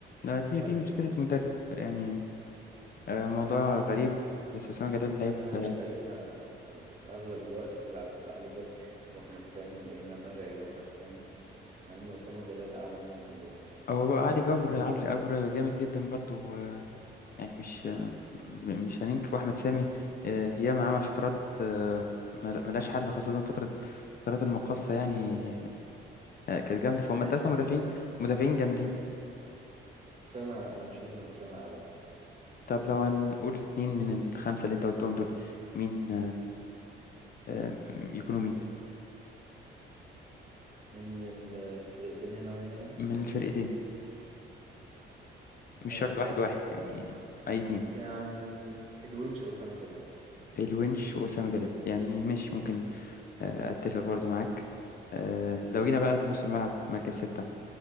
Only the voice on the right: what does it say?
مش
عارف
ليه
انا مش
لاقي لها سبب اغلب الوقت بنلعب علي جبر واحمد سامي يا اما مرعي واحمد سامي مع ان اسامه جلال اعلى منهم كلهم بصراحه
انا بشوف
ماشي
بس
اسامه انا بشوف ان اسامه اعلى طبعا
من ال- الفرقتين هنا وهنا يعني
آه
يعني الونش واسامه جلال